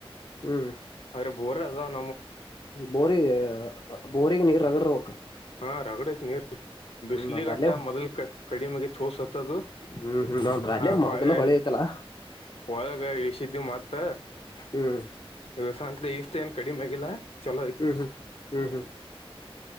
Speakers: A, on the left; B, on the left.
A: ಹ್ಮ್
B: ಆದ್ರೆ. ಬೋರ್ ಅದವ್ ನಮ್
A: ಬೋರಿಗೆ ಬೋರಿಗ್ ನೀ ರಗಡ್ ಇರಬೇಕ್.
B: ಹಾ ರಗಡತ್ ನೀರು ಬಿಸ್ಲಿಗಟ್ಟ
A: ಮತ್ತ ಅಲ್ಲೇ
B: ಮೊದ್ಲ್ ಕ ಕಡಿಮೆ ಆಗಿತ್ತು ಹೊಸತದು
A: ಹ್ಮ್ ಹ್ಮ್ ನೋಡ್ರ ಅಲ್ಲೇ
B: ಆಗ
A: ಮೊದಲ
B: ಹೊಳ್ಳಿ
A: ಹೊಳಿ ಐತಲ್ಲಾ
B: ಒಳಗ ಇಳಿಸಿದ್ವಿ ಮತ್ತ
A: ಹ್ಮ್
B: ಇಲ್ ಸಂತೆಲೆ ಇಷ್ ಏನ್ ಕಡಿಮೆ ಆಗಿಲ್ಲ. ಚಲೋ ಐತಿ
A: ಹ್ಮ್ ಹ್ಮ್ ಹ್ಮ್ ಹ್ಮ್